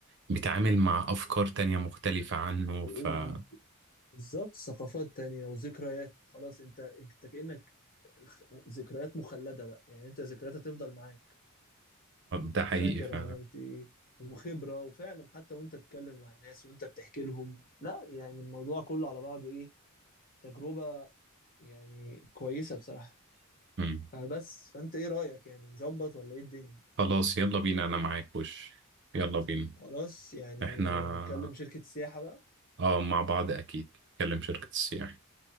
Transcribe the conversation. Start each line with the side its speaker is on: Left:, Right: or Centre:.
Right: بيتعامل مع أفكار تانية مختلفة عنه
Left: وبالظبط
Right: ف آه،
Left: ثقافات تانية وذكريات خلاص انت انت كأنك ذكريات مخلدة بقى يعني انت ذكريات هتفضل معاك
Right: ده
Left: وفاكر
Right: حقيقي ف
Left: عملت ايه وخبرة وفعلا حتى وانت بتتكلم مع الناس وانت بتحكي لهم لا يعني الموضوع كله على بعضه ايه تجربة يعني كويسة بصراحة
Right: مم.
Left: فبس فانت ايه رأيك يعني نظبط ولا ايه الدنيا
Right: خلاص يلا بينا أنا معاك وش يلا بينا
Left: خلاص يعني
Right: احنا
Left: اكلم شركة السياحة بقى
Right: اه مع بعض أكيد كلم شركة السياحة